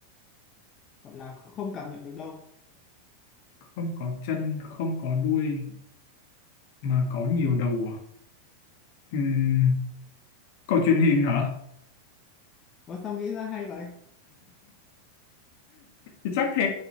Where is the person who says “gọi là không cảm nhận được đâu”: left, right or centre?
Left